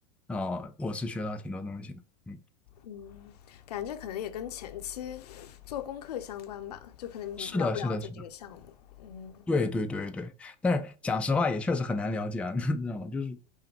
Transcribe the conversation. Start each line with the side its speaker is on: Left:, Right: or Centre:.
Centre: 呃，我是学到挺多东西的，嗯，
Left: 嗯，感觉可能也跟前期做功课相关吧，就可能你了不了解这个项目，
Centre: 是的，是的，是的。
Left: 嗯，
Centre: 对对对对，但是讲实话也确实很难了解啊，<laughs> 你知道吗？就是，